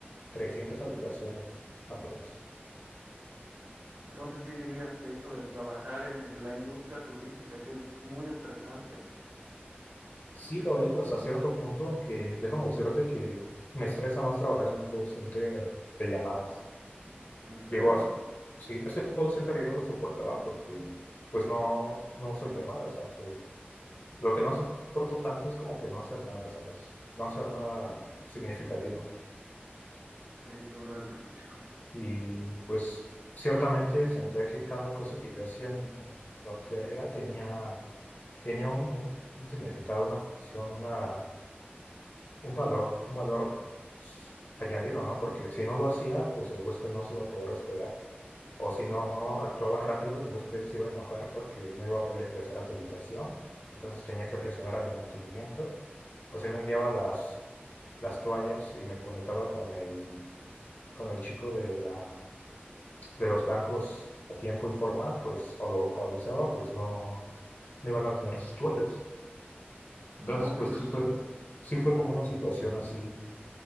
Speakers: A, on the left; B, on the right.
A: 300 habitaciones aprox.
B: Entonces sí dirías que eso de trabajar en el- la industria turística sí es muy estresante.
A: Sí lo es hasta cierto punto, aunque déjame decirte que me estresa más trabajar en un call center de llamadas.
B: ¿En serio?
A: Digo, as- sí, este call center yo lo soportaba porque pues no, no son llamadas, aunque Lo que no soporto tanto es como que no hacer nada, ¿sabes? No hacer
B: Sí,
A: nada significativo.
B: sí, tú lo has dicho.
A: Y pues ciertamente sentía que cada cosa que yo hacía en, en la hotelería tenía, tenía un, un- un significado, una función, una, un valor, un valor pues, añadido, ¿no? Porque si no lo hacía, pues el huésped no se iba a poder hospedar. O si no actuaba rápido, el huésped se iba a enojar porque no iba a poder ingresar a su habitación. Entonces tenía que presionar al de mantenimiento. O si no enviaba las, las toallas y me comunicaba con el, con el chico de la, de los blancos a tiempo y forma, pues, o lo localizaba, pues no, no iban a tener sus toallas. Entonces,
B: No, pues
A: pues sí fue, sí fue como una situación así,